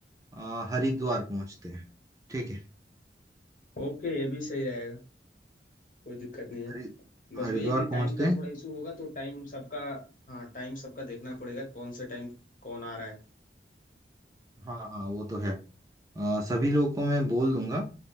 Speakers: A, on the right; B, on the left.
A: अ, हरिद्वार पहुंचते हैं ठीक है
B: ओके ये भी सही रहेगा कोई दिक्कत नहीं है
A: हरि
B: बस
A: हरिद्वार
B: वही है कि टाइम
A: पहुंचते
B: का
A: हैं
B: थोड़ा इशू होगा तो टाइम सबका हाँ टाइम सबका देखना पड़ेगा कौन से टाइम कौन आ रहा है
A: हाँ हाँ वो तो है अ, सभी लोगों को मैं बोल दूंगा